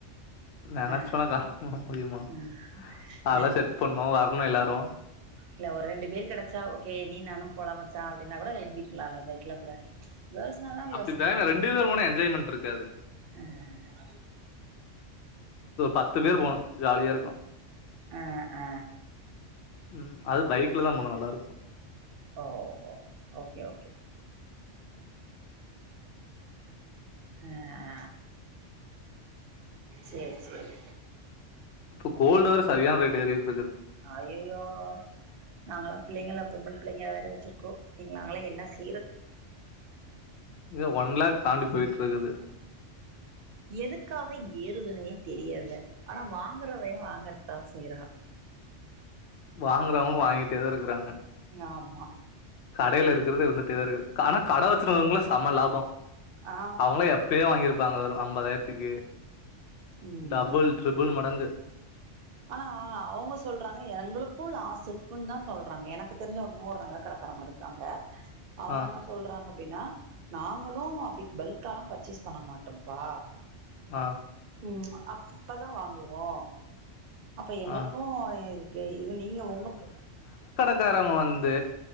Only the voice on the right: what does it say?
ஆ
ஆ
இல்ல
இல்ல ஒரு ரெண்டு பேர் கடச்சா ஓகே நீ நானு போலாமச்சா அப்படின்னா கூட கிளம்பிக்கலால இல்ல பைக்ல கூட கேர்ள்ஸ்னா தா
யோசிப்போ
ஆ
ஆ ஆ
ஓ ஓ ஓகே ஓகே ஆ ஆ சேரி சேரி
அயயோ நாங்களா பிள்ளைங்கள பொம்பள பிள்ளைங்க வேற வச்சிருக்கோ நீங்க நாங்களா என்ன செய்
எதுக்காக ஏறுதுனே தெரியல ஆனா வாங்குறவே வாங்கத்தா செய்றா
ஆமா
ஆ
ம்
ஆனா அவுங்க சொல்றாக எ எங்களுகு லாஸ் சரிகனு தா சொல்றாங்க எனகு தெரிஞ்ச ஒரு நூறு நக கடகாறங்க இருகாங்க அவங்க
என்ன சொல்றாங்க அப்டினா நாங்களு அப்டி பல்கலா பர்சேஸ் பண்ண மாடோம்பா
ம் அப்பப்பதா வாங்குவோ அப்ப எங்களுகு
இருக்கு இது நீங்க உங்க